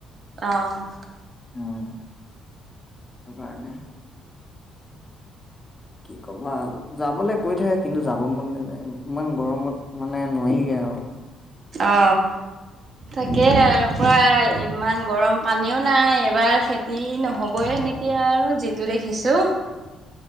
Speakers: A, on the right; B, on the left.
A: অহ ',
B: উম সেইটো কাৰণে। কি কবা যাবলৈ কৈ থাকে। কিন্তু যাব মন নাযায় ইমান গৰমত মানে নোৱাৰিগৈ আৰু।
A: অ, তাকে
B: উম
A: আৰু প্ৰায় ইমান গৰম পানীও নাই এইবাৰ খেতি নহ'বই সেনেকে আৰু যিটো দেখিছো। <inaudible>